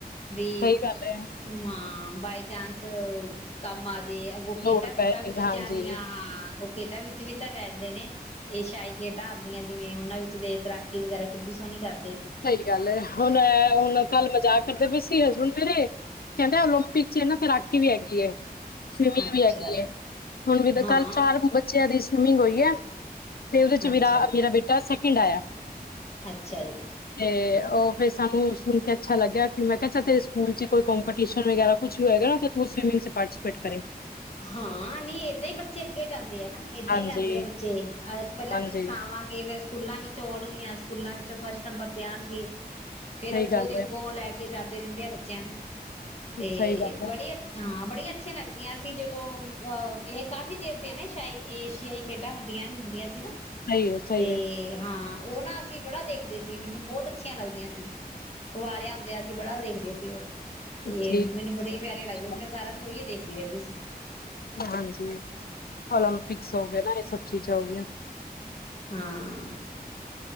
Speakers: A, on the left; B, on the left.
A: ਵੀ,
B: ਸਹੀ ਗੱਲ ਹੈ
A: ਮਾ ਬਾਈ ਚਾਂਸ ਕੰਮ ਆ ਤੇ ਅੱਗੋਂ ਖੇਡਾਂ
B: ਲੋੜ ਪੈ
A: ਖੁਡਾਂ ਵੀ
B: ਜੇ
A: ਬੱਚਿਆਂ
B: ਹਾਂਜੀ
A: ਦੀਆਂ ਹਾਂ ਅੱਗੋ ਕਿਦਾ ਵਿੱਚ ਵੀ ਤਾਂ ਲੈਂਦੇ ਨੇ, ਏ ਸ਼ਾਹੀ ਖੇਡਾਂ ਆਂਦੀਆਂ ਜਿਵੇਂ ਉਹਨਾਂ ਵਿੱਚ ਤੇ ਤਰਾਕੀ ਵਗੈਰਾ ਕਿੱਡੀ ਸੋਹਣੀ ਕਰਦ
B: ਸਹੀ ਗੱਲ ਏ ਹੁਣ ਹੁਣ ਕੱਲ ਮਜ਼ਾਕ ਕਰਦੇ ਪਏ ਸੀ ਹਸਬੈਂਡ <unintelligible> ਕਹਿੰਦੇ ਓਲੰਪਿਕ ਚ ਨਾ ਤੈਰਾਕੀ ਵੀ ਹੈਗੀ ਐ। ਸਵਿਮਿੰਗ
A: ਅੱਛਾ
B: ਵੀ ਹੈਗੀ ਐ, ਹੁਣ ਵੀ ਤਾਂ
A: ਹਾਂ
B: ਕੱਲ ਚਾਰ ਬੱਚਿਆਂ ਦੀ ਸਵਿਮਿੰਗ ਹੋਈ ਹੈ ਤੇ ਉਹਦੇ 'ਚ
A: ਅੱਛਾ
B: ਮੇਰਾ ਮੇਰਾ ਬੇਟਾ ਸੈਕਿੰਡ ਆਇਆ।
A: ਅੱਛਾ ਜੀ।
B: ਤੇ ਉਹ ਫਿਰ ਸਾਨੂੰ ਸੁਣ ਕੇ ਅੱਛਾ ਲੱਗਿਆ, ਮੈਂ ਕਿਹਾ ਚਲ ਤੇਰੇ ਸਕੂਲ 'ਚ ਕੋਈ ਕੋਮਪੀਟਿਸ਼ਨ ਵਗਰਾ ਕੁਛ ਵੀ ਹੋਏਗਾ ਤੂੰ ਸਵੀਮਿੰਗ ਚ ਪਾਰਟੀਸਿਪੇਟ ਕਰੀਂ।
A: ਹਾਂ ਨੀ ਏਦਾਂ ਹੀ ਬੱਚੇ ਅੱਗੇ ਜਾਂ ਤੇ ਹੈਨਾ, ਏਦਾਂ
B: ਹਾਂਜੀ,
A: ਹੀ ਜਾਂਦੇ ਆ ਬੱਚੇ, ਅ ਪਹਿਲਾਂ
B: ਹਾਂਜੀ
A: ਅਸੀਂ ਸਿਖਾਵਾਂਗੇ ਫੇਰ ਸਕੂਲਾਂ ਵਿੱਚ ਹੋਣਗੀਆਂ ਸਕੂਲਾਂ ਵਿੱਚ ਫਸਟ ਨੰਬਰ ਤੇ ਆਣਗੇ। ਫੇਰ
B: ਸਹੀ
A: ਅੱਗੋਂ
B: ਗੱਲ
A: ਦੇ ਅੱਗੋਂ
B: ਐ,
A: ਲੈ ਕੇ ਜਾਂਦੇ ਰਹਿੰਦੇ ਆ ਬੱਚਿਆਂ ਨੂੰ। ਤੇ
B: ਸਹੀ ਗੱਲ
A: ਬੜੀ
B: ਐ,
A: ਅ ਹਾਂ। ਬੜੀਆਂ ਅੱਛੀਆਂ ਲੱਗਦੀਆਂ। ਜਦੋਂ ਅਹ ਇਹ ਕਾਫ਼ੀ ਦੇਰ ਤੇ ਹੈ ਨਾ ਸ਼ਾਇ ਏਸ਼ੀਆਈ ਖੇਡਾਂ ਹੁੰਦੀਆਂ ਨੀ ਹੁੰਦੀਆਂ ਸੀ ਨਾ
B: ਸਹੀ ਐ, ਸਹੀ
A: ਤੇ
B: ਐ।
A: ਹਾਂ ਉਹ ਨਾ ਅਸੀਂ ਬੜਾ ਦੇਖਦੇ ਸੀ ਮੈਨੂੰ ਬਹੁਤ ਅੱਛੀਆਂ ਲੱਗਦੀਆਂ ਸੀ ਕੁਵਾਰਿਆ ਹੁੰਦਿਆਂ ਸੀ ਬੜਾ ਵੇਖਦੇ ਸੀ ਉਹ ਤੇ
B: ਠੀਕ
A: ਮੈਨੂੰ ਬੜੇ ਪਿਆਰੇ ਲੱਗਦੇ ਸੀ,
B: ਹੈ।
A: ਮੈਂ ਸਾਰਾ ਦਿਨ ਉਹੀਏ ਦੇਖ ਰਹਿੰਦੀ ਸੀ।
B: ਹਾਂਜੀ <unintelligible> ਓਲੰਪਿਕਸ ਹੋ ਗਏ ਨ ਇਹ ਸਭ ਚੀਜ਼ਾਂ ਹੋ ਗਈਆਂ।
A: ਹਾਂ।